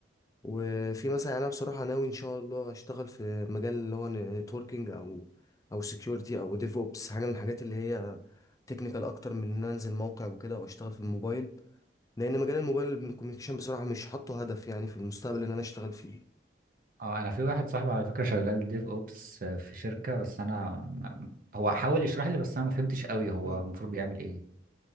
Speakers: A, on the left; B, on the right.
A: وفي مثلا انا بصراحه ناوي ان شاء الله اشتغل في مجال اللي هو نتوركينج او او سكيورتي او ديف اوبس حاجه من الحاجات اللي هي تكنيكال اكتر من ان أنا انزل موقع وكده واشتغل في الموبايل لان مجال الموبايل الكوميونيكيشن بصراحه مش حاطه هدف يعني في المستقبل ان انا اشتغل فيه
B: اه انا في واحد صاحبي على فكره شغال ديف اوبس في شركه بس انا م- م- هو حاول يشرح لي بس انا ما فهمتش قوي هو
A: مم.
B: المفروض بيعمل ايه